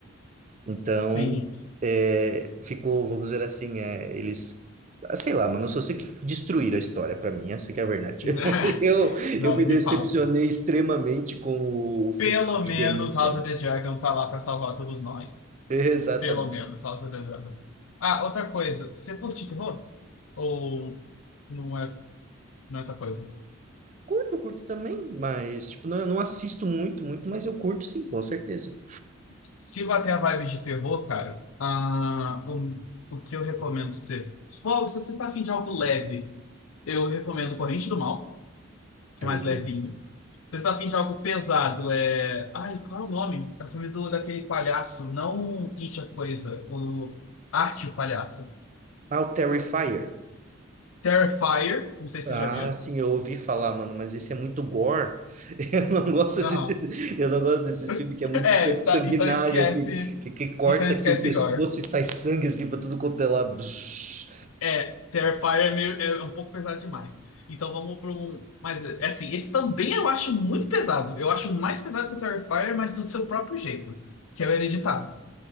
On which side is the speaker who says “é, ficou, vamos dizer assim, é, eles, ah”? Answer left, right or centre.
Right